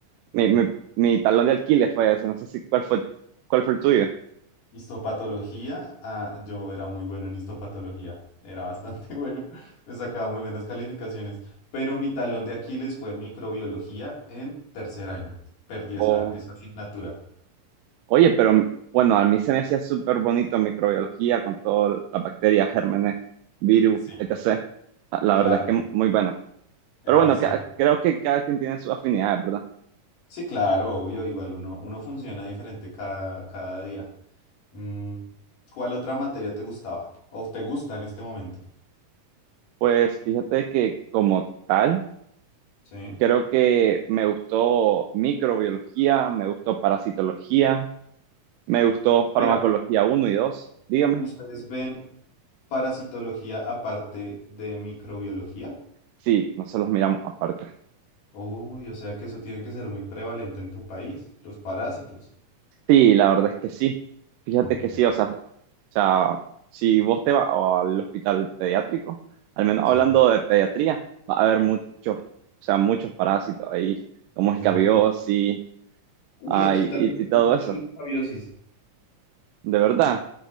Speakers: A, on the right; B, on the left.
A: mi, mi- mi talón de alquiler fue ese. No sé si cuál fue, cuál fue el tuyo.
B: Histopatología, ah, yo era muy bueno en histopatología, era bastante <laughs> bueno, me sacaba muy buenas calificaciones, pero mi talón de Aquiles fue microbiología en tercer año, perdí
A: O,
B: esa, esa asignatura,
A: oye, pero bueno, a mí se me hacía súper bonito microbiología con todas las bacterias, gérmenes, virus,
B: sí,
A: etc. La la
B: claro,
A: verdad es que muy buena.
B: era
A: Pero bueno,
B: bastante,
A: ca- creo que cada quien tiene sus afinidades, ¿verdad?
B: sí, claro, obvio, igual uno, uno funciona diferente cada, cada día. Mm, ¿cuál otra materia te gustaba o te gusta en este momento?
A: Pues fíjate que como tal,
B: Sí.
A: creo que me gustó microbiología, me gustó parasitología, me gustó
B: Espera,
A: farmacología uno y 2. dígame.
B: ¿ustedes ven parasitología aparte de microbiología?
A: Sí, nosotros las miramos aparte.
B: Uy, o sea que eso tiene que ser muy prevalente en tu país, los parásitos.
A: Sí, la verdad es que sí. Fíjate
B: Ok,
A: que sí, o sea, o sea, si vos te vas al hospital pediátrico, al menos
B: sí.
A: hablando de pediatría, va a haber muchos, o sea, muchos parásitos ahí, como escabiosis,
B: Oh. Uy,
A: ay,
B: aquí también
A: y
B: se
A: y
B: ven
A: todo
B: mucho
A: eso,
B: los escabiosis.
A: de verdad.